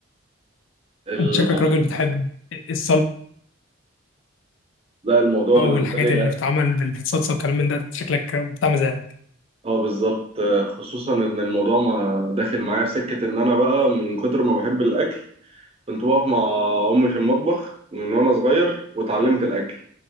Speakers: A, on the right (about 30°); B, on the left (about 65°).
A: ال...
B: انت شكلك راجل بتحب الصلصه
A: لا الموضوع
B: والحاجات
A: بالنسبة لي
B: اللي بتتعمل بالصلصه والكلام من ده شكلك بتاع مزاج
A: اه بالظبط آه، خصوصا إن الموضوع ما داخل معايا في سكة إن أنا بقى من كتر ما بحب الأكل كنت بقف مع أمي في المطبخ من وأنا صغير واتعلمت الأكل